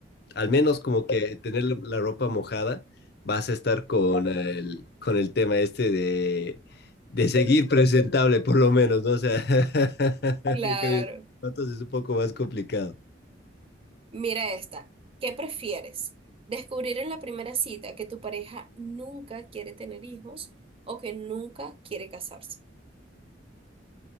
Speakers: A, on the left; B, on the right.
A: al menos como que tener la, la ropa mojada, vas a estar con el, con el tema este de, de seguir presentable, por lo menos, ¿no? O sea, <laughs>
B: Claro.
A: en cambio, zapatos es un poco más complicado.
B: Mira esta. ¿Qué prefieres? ¿Descubrir en la primera cita que tu pareja nunca quiere tener hijos o que nunca quiere casarse?